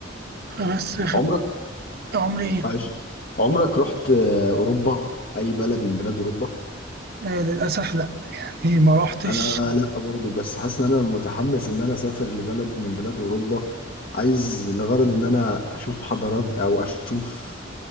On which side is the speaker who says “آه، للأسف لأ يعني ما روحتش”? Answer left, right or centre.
Right